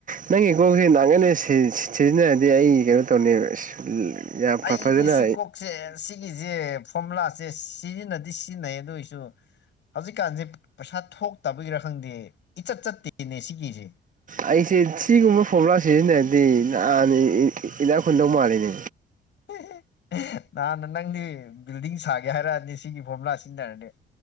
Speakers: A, on the right; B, on the left.
A: ꯅꯪꯒꯤꯀꯣꯛꯁꯦ ꯅꯥꯈꯟꯒꯩꯅ ꯁꯤ ꯁꯤꯖꯤꯟꯅꯔꯗꯤ ꯑꯩ ꯀꯩꯅꯣ ꯇꯧꯅꯤ ꯑꯁ ꯌꯥꯝ ꯐꯖꯅ
B: ꯑꯩꯗꯤ ꯁꯤ ꯀꯣꯛꯁꯦ ꯁꯤꯒꯤꯖꯦ ꯐꯣꯝꯃꯨꯂꯥ ꯁꯦ ꯁꯤꯖꯤꯟꯅꯗꯤ ꯁꯤꯖꯤꯟꯅꯩ ꯑꯗꯨ ꯑꯣꯏꯁꯨ ꯍꯧꯖꯤꯛ ꯀꯥꯟꯖꯦ ꯄꯩꯁꯥ ꯊꯣꯛꯇꯕꯩꯔ ꯈꯪꯗꯦ ꯏꯆꯠ ꯆꯠꯇꯦꯅꯦ ꯁꯤꯒꯤꯖꯦ
A: ꯑꯩꯁꯦ ꯁꯤꯒꯨꯝꯕ ꯐꫭꯝꯃꯨꯂ ꯁꯤꯖꯤꯟꯅ꯭ꯔꯗꯤ ꯅꯍꯥꯟ ꯏ ꯏ ꯏꯅꯥꯛ ꯈꯨꯨꯟꯗꯧ ꯃꯥꯜꯂꯤꯅꯦ
B: ꯍꯦ ꯍꯦ ꯍꯦ ꯅꯍꯥꯟꯅ ꯅꯪꯗꯤ ꯕꯤꯜꯗꯤꯡ ꯁꯥꯒꯦ ꯍꯥꯏꯔꯛꯑꯅꯤ ꯁꯤꯒꯤ ꯐꯣꯝꯃꯨꯂꯥ ꯁꯤꯖꯤꯟꯅꯔꯗꯤ